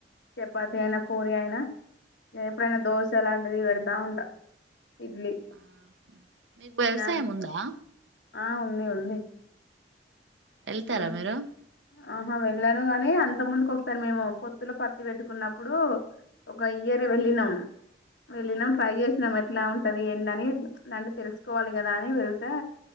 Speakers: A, on the left; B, on the right.
A: చపాతి అయినా పూరి అయినా ఎప్పుడైనా
B: ఆ
A: దోశ లాంటిది పెడతా ఉంటా ఇడ్లీ
B: ఆ మీకు వ్యవసాయం
A: స్నాక్స్సు
B: ఉందా
A: ఆ ఉంది ఉంది
B: ఎళ్తారా
A: ఉంది.
B: మీరు
A: ఆహా వెళ్ళాను గాని అంత ముందుకు ఒకసారి మేము పొత్తులో పత్తి పెట్టుకున్నప్పుడు ఒక ఇయర్ వెళ్ళినాం వెళ్ళినాం
B: ఆ
A: ట్రై చేసినాం ఇట్లా ఉంటది ఏంట అని నంటే తెలుసుకోవాలి కదా అని వెళతే